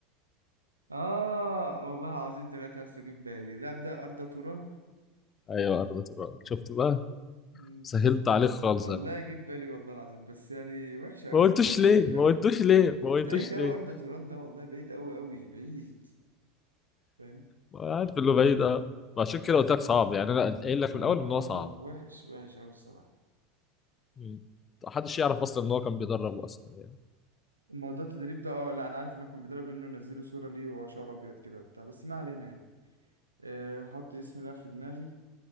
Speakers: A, on the right; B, on the left.
A: اه والله العظيم ثلاثة يا اسطى جيب بالي لا ده أردا توران
B: ايوه ارض تراب شفت بقى
A: مم.
B: سهلت عليك خالص
A: والله
B: أنا.
A: جيب بالي والله العظيم بس يعني وحشة قوي
B: ما قلتوش
A: يعني
B: ليه
A: بعيد
B: ما
A: قوي
B: قلتوش ليه ما قلتوش
A: بعيد قوي
B: ليه
A: أردا توران ده والله بعيد قوي قوي بعيد فاهم
B: ما عارف اللي بعيد اه عشان كده قلت لك صعب يعني انا قايل لك
A: ما
B: من
A: هو
B: الاول ان
A: اه
B: هو صعب
A: وحش وحش قوي الصراحة
B: مم. محدش يعرف اصلا ان هو كان بيدربه اصلا يعني
A: موضوع التدريب ده اه لا انا عارف ان هو كان بيدرب لانه نزلوا صورة ليه وهو شعره ابيض كده وبتاع بس ما علينا يعني آه، حط اسم لاعب في دماغي